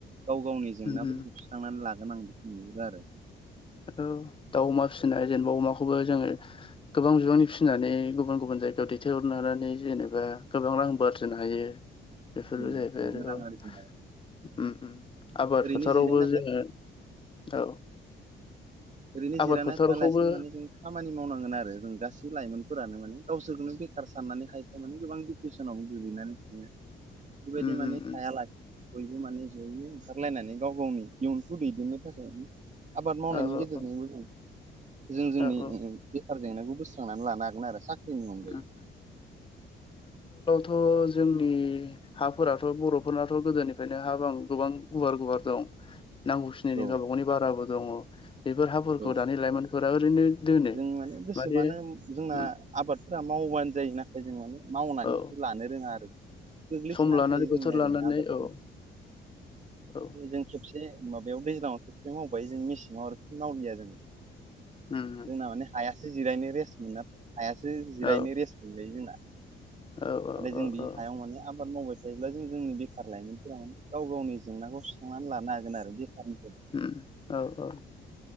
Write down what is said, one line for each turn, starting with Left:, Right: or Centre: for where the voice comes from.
Right: गाव गावनि जेंनाफोरखौ
Left: उम
Right: सुस्रांनानै लागोन आं बेखौ नुहुरो आरो
Left: औ दाउ अमा फिसिनाय जेनबा अमाखौबो जोङो गोबां बिबांनि फिसिनानै गुबुन गुबुन जायगायाव दैथायहरनो नानानै जेनेबा गोबां रांबो <unintelligible> हायो बेफोरबो
Right: गोबां
Left: जाहैबाय
Right: रां आरजिनो
Left: <unintelligible> उम उम आबाद
Right: ओरैनो
Left: फोथारावबो
Right: जिरायना
Left: जोङो औ
Right: ओरैनो
Left: आबाद
Right: जिरायना
Left: फोथारखौबो
Right: थायालासिनो माने जों खामानि मावनांगोन आरो जों गासै लाइमोनफोरानो माने गावसोरखौनो बेखार साननानै खायफा माने गोबां दिडप्रेसनावबो गोग्लैनानै थायो बेबायदि
Left: उम
Right: माने
Left: उम
Right: थाया
Left: उम
Right: ला बयबो माने जयैनो ओंखारलायनानै गाव गावनि इयुनखौ दैदेननो थाखाय आबाद मावनायनि
Left: औ
Right: गेजेरजोंबो
Left: औ औ
Right: जों जों-जोंनि
Left: औ औ
Right: <unintelligible> खार जेंनाखौ बोस्रांनानै लानो हागोन आरो साख्रिनि अनगायै
Left: उम थ' जोंनि हाफोराथ' बर'फोरनाथ' गोदोनिफायनो हा बां गोबां गुवार गुवार दं नांगौ खिनायनि
Right: औ
Left: गावबा गावनि बाराबो दङ' बेफोर हाफोरखौ
Right: औ
Left: दानि लाइमोनफोरा ओरैनो दोनो
Right: जों गोसोबानो
Left: माने
Right: जोंना
Left: उम
Right: आबादफोरा मावबानो जायो नाथाय जों माने मावनानैसो
Left: औ
Right: लानो रोङा आरो। गोग्लैसोनानै
Left: सम लानानै
Right: थायो जोंनि
Left: बोथोर
Right: ओरैनो
Left: लानानै
Right: आबाद
Left: औ औ
Right: जों खेबसे माबायाव दैज्लाङाव खेबसे मावबाय जों मेसेङाव आरो खि मावलिया जोङो
Left: उम उम
Right: जोंना माने हाया। जि जिरायनो रेस्ट मोना। हायासो जिरायनो
Left: औ
Right: रेस्ट मोनलायो जोंना नाथाय
Left: औ
Right: जों
Left: औ
Right: बे
Left: औ
Right: हायाव माने आब आबाद मावबाय थायोब्ला जों जोंनि बेखार लाइमोनफोरा माने गाव गावनि जेंनाखौ सुस्रांनानै लानो हागोन आरो बेखारनि
Left: ओम औ औ